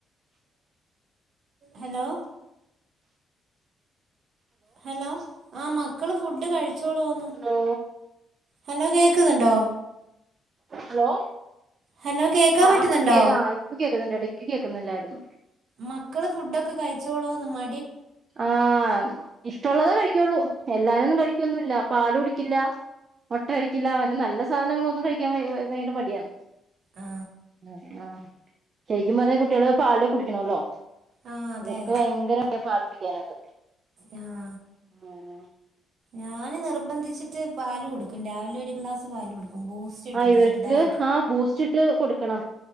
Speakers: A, on the right; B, on the right.
A: ഹലോ ഹലോ ആ മക്കള് ഫുഡ് കഴിച്ചോളോന്ന്
B: ഹലോ
A: ഹലോ കേക്കുന്നുണ്ടോ
B: ഹലോ
A: ഹലോ കേക്കാൻ
B: ആ
A: പറ്റുന്നുണ്ടോ
B: ആ കേക്ക ആ ഇപ്പ കേക്ക്ന്ന്ണ്ട് ഇടക്ക് കേക്കുന്നില്ലായിരുന്നു
A: മക്കള് ഫുഡ് ഒക്കെ കഴിച്ചോളോന്ന് മ
B: ആ ഇഷ്ടള്ളതേ കഴിക്കുള്ളൂ എല്ലാതും ഒന്നും കഴിക്കൊന്നുല്ല പാല് കുടിക്കില്ല മുട്ട കഴക്കില്ല അങ്ങനെ നല്ല സാധനങ്ങളൊന്നും കഴിക്കാൻ വയങ്കര മടിയാണ്
A: ആ
B: ഉ ആ ശരിക്കും പറഞ്ഞ കുട്ടികള് പാല് കുടിക്കണല്ലോ
A: ആ അതെ
B: ഇവർക്ക്
A: അതെ
B: ഭയങ്കര മട്യ പാല് കുടിക്കാനൊക്കെ
A: ആ
B: ആ
A: ഞാന് നിർബന്ധിച്ചിട്ട് പാല് കൊടുക്കും രാവിലെ ഒരു ഗ്ലാസ് പാല് കൊടുക്കും ബൂസ്റ്റ് ഇട്ടിട്ട്
B: ആ ഇവർക്ക്
A: ചെറുതായിട്ട്
B: ആ ബൂസ്റ്റ് ഇട്ട് കൊടുക്കണം